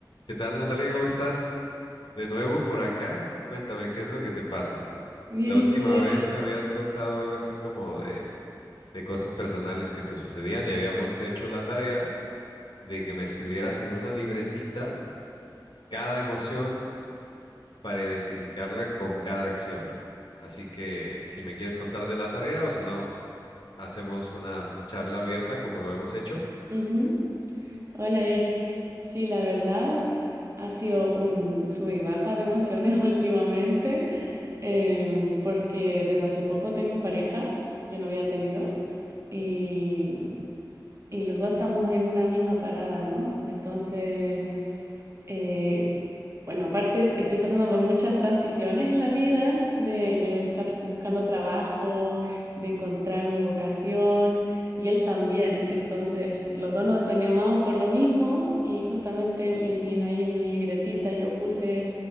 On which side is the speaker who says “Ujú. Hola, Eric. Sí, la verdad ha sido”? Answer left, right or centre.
Right